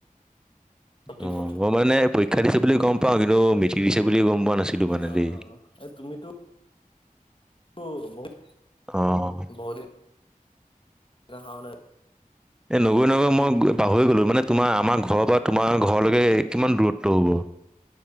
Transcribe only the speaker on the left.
প্ৰতি
পথে
অঁ
অঁ এ তুমিতো তো বহুত
বহুদিন অহাও নাই।